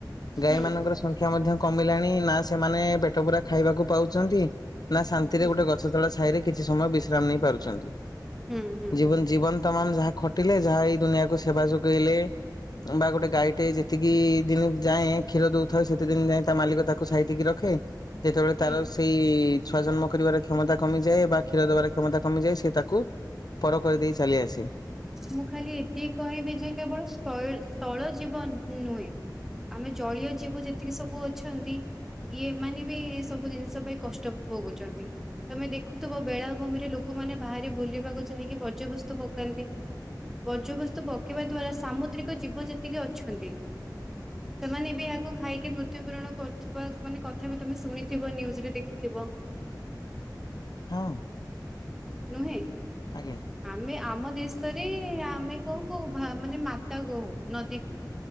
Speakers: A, on the left; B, in the centre.
A: ଗାଈ
B: ହୁଁ
A: ମାନଙ୍କର ସଂଖ୍ୟା ମଧ୍ୟ, କମିଲାଣି। ନା ସେମାନେ ପେଟ ପୂରା ଖାଇବାକୁ ପାଉଛନ୍ତି? ନା ଶାନ୍ତି
B: ହୁଁ
A: ରେ ଗୋଟେ ଗଛ ତଳ ଛାଇରେ କିଛି ସମୟ ବିଶ୍ରାମ ନେଇ ପାରୁଛନ୍ତି।
B: ହୁଁ ହୁଁ।
A: ଜୀବନ ଜୀବନ ତମାମ ଯାହା ଖଟିଲେ ଯାହା ଏଇ ଦୁନିଆକୁ ସେବା ଯୋଗେଇଲେ। ବା ଗୋଟେ ଗାଈ ଟେ ଯେତିକି ଦିନ ଯାଏ କ୍ଷୀର ଦଉଥାଉ ସେତେ ଦିନ ଯାଏ, ତା ମାଲିକ ତାକୁ ସାଇତିକି ରଖେ। ଯେତେବେଳେ
B: ହୁଁ
A: ତାର ସେଇ ଛୁଆ ଜନ୍ମ କରିବାର କ୍ଷମତା କମିଯାଏ ବା କ୍ଷୀର ଦେବାର କ୍ଷମତା କମିଯାଏ? ସେ ତାକୁ ପର କରିଦେଇ ଚାଲି ଆସେ।
B: ମୁଁ ଖାଲି ଏତିକି କହିବି ଯେ କେବଳ ସ୍ଥ ସ୍ଥଳ ଜୀବ ନୁହେଁ, ଆମେ ଜଳୀୟ ଜୀବ ଯେତିକି ସବୁ ଅଛନ୍ତି। ଇଏ ମାନେ ବି ଏ ସବୁ ଜିନିଷ ପାଇଁ କଷ୍ଟ ପୋଗୁଛନ୍ତି। ତମେ ଦେଖୁଥିବ ବେଳାଭୂମିରେ ଲୋକମାନେ ବାହାରି ବୁଲିବାକୁ ଯାଇକି ବର୍ଜ୍ୟବସ୍ତୁ ପକାନ୍ତି? ବର୍ଜ୍ୟବସ୍ତୁ ପକେଇବା ଦ୍ଵାରା ସାମୁଦ୍ରିକ ଜୀବ ଯେତିକି ଅଛନ୍ତି। ସେମାନେ ବି ଏହାକୁ ଖାଇକି ମୃତ୍ୟୁବରଣ କରୁଥିବା, ମାନେ କଥା ବି ତମେ ଶୁଣିଥିବ ନ୍ୟୁଜରେ ଦେଖିଥିବ?
A: ହଁ।
B: ନୁହେଁ?
A: ଆଜ୍ଞା
B: ଆମେ ଆମ ଦେଶ ସରି ଆମେ କଣ କହୁ ଭା ମାନେ ମାତା କହୁ ନଦୀକୁ।